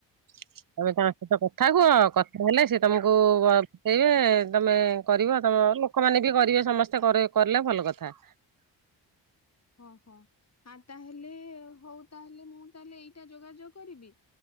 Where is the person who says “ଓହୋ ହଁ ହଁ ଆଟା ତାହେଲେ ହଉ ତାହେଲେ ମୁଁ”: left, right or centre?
Left